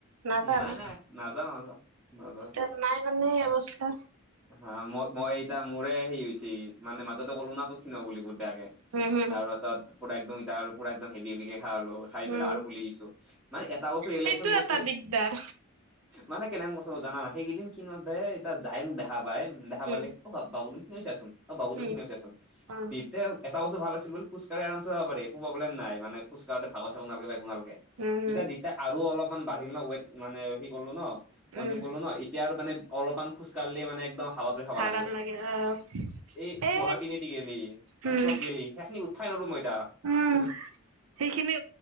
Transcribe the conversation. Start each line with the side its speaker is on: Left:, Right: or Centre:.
Right: নাযায়
Centre: নাই
Right: না
Centre: নাই নাযাওঁ নাযাওঁ নাযাওঁ।
Right: এতিয়া নাই মানে অৱস্থা
Centre: হা মই মই এতিয়া মোৰে হেৰি হৈছে মানে মাজতে ক'লো ন তোক ক্ষীণাবা বুলি বহু বেয়াকে।
Right: উম হম
Centre: তাৰ পাছত পুৰা একদম এতিয়া পুৰা একদম হেভি হেভিকে খোৱা হ'লো। খাই পেলাই
Right: উম
Centre: আৰু ফুলি গৈছো মানে এটা বস্তু ৰিয়েলাইশ্যন
Right: সেইটো
Centre: কৰিছো
Right: এটা দিগদাৰ
Centre: মানে কেনে হেন কথাটো জানা নাই সেইকেইদিন কিন দে এতিয়া যাই মোক দেখা পায় দেখা পালে।
Right: উম
Centre: অ' বাবুদুম ক্ষীণাইচাচোন অ' বাবুদুম
Right: উম
Centre: ক্ষীণাই চাচোন।
Right: অ
Centre: তেতিয়া এটা বস্তু ভাল আছিল বোলো খোজ কাঢ়ি আৰামচে যাব পাৰি একো প্ৰবলেম নাই খোজকাঢ়োতে ভাগৰ চাগৰ নালাগে বা একো নালাগে। এতিয়া
Right: উম উম
Centre: যেতিয়া আৰু অলপমান বাঢ়িল ন ৱেট মানে, সেই কৰিলো ন কনজুম
Right: উম
Centre: কৰিলো ন, এতিয়া আৰু মান অলপমান খোজ কঢ়িলে মানে একদম হাবাঠুৰি খাবা
Right: ভাগাল
Centre: লাগে।
Right: অ'
Centre: এই
Right: এ
Centre: তোহাৰ পিনেদি গেলি
Right: উম
Centre: ওপৰত গেলি সেইখি উঠবাই নৰো তাত।
Right: উম সেইখিনি